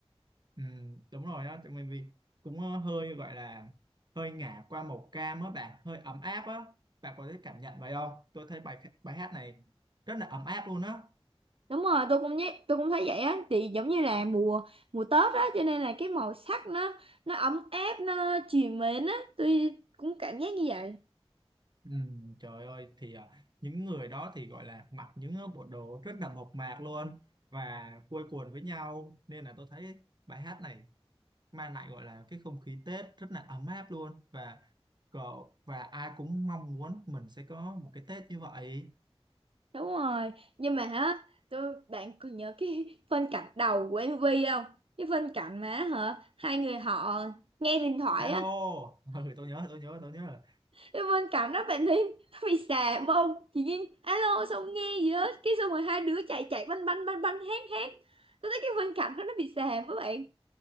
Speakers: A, on the right; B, on the right.
A: Ừ, đúng rồi á, mình vì cũng ờ, hơi gọi là hơi ngả qua màu cam á bạn, hơi ấm áp á. Bạn có thể cảm nhận vậy không? Tôi thấy bài bài hát này rất là ấm áp luôn á.
B: Đúng rồi, tôi cũng nhé, tôi cũng thấy vậy á, thì giống như là mùa mùa Tết á, cho nên là cái màu sắc nó nó ấm áp, nó trìu mến á, tôi cũng cảm giác như vậy.
A: Ừ, trời ơi thì à, những người đó thì gọi là mặc những bộ đồ rất là mộc mạc luôn và quây quần với nhau nên là tôi thấy bài hát này mang lại gọi là cái không khí Tết rất là ấm áp luôn và cậu và ai cũng mong muốn mình sẽ có một cái Tết như vậy
B: Đúng rồi, nhưng mà á, tôi bạn còn nhớ cái <laughs> phân cảnh đầu của MV không? Cái phân cảnh mà hả, hai người họ nghe điện thoại
A: alo
B: á,
A: <laughs> ừ, tôi nhớ tôi nhớ tôi nhớ rồi
B: cái phân cảnh đó bạn thấy <laughs> nó bị xàm không? Chị Duyên alo xong nghe gì hết, cái xong rồi hai đứa chạy chạy banh banh banh banh hét hét. Tôi thấy cái phân cảnh đó nó bị xàm các bạn.